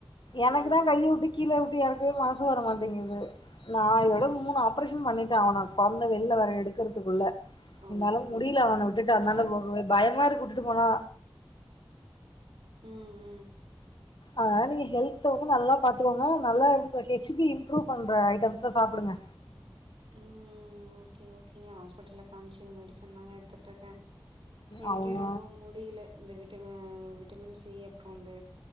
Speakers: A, on the left; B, on the right.
A: எனக்கு
B: ம்.
A: தா கைய விட்டு கீழ விட்டு எறக்குவே மனசு வரமாட்டேங்குது நா இதோட மூணு ஆப்ரேஷன் பண்ணிட்டே அவன குழந்த வெளில வேர எடுக்கிறதுக்குள்ள
B: அய்யய்யோ!
A: இருந்தாலு முடில அவன விட்டுட்டு அந்தாண்ட
B: ஏ?
A: போகவே பயமார்கு விட்டுட்டு போனா
B: உ உ
A: ஆ நீங்க ஹெல்த வந்து நல்லா பாத்துகோங்க நல்லா இந்த ஹெச் பி இம்ப்ரூவ் பண்ற ஐட்டம்ஸ சாப்பிடுங்க
B: ஆ ஓகே ஓகேங்க ஹாஸ்பிட்டலில்ல காமிச்சி மெடிசன்லாங்க எடுத்துட்டுருக்கேன் எனக்கே
A: அவங்க
B: ரொம்ப முடியல இந்த விட்டம விட்டமின் சி அப்புறோ இந்த